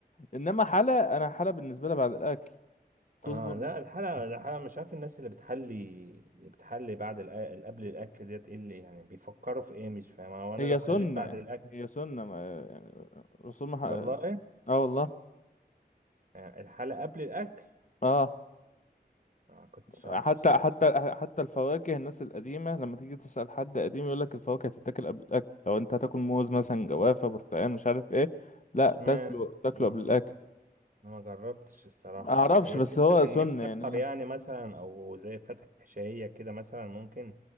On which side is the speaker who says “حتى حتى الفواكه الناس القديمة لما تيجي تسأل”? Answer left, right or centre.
Left